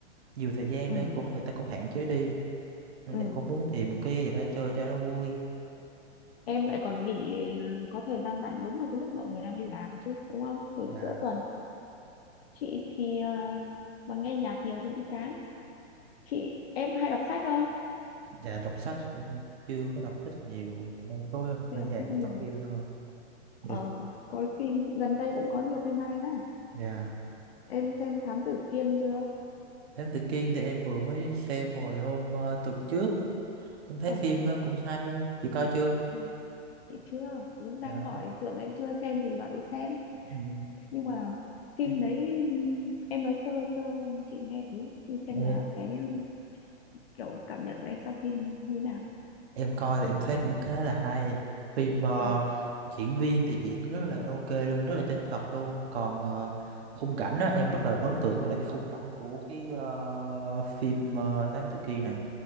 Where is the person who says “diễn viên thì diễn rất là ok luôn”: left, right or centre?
Right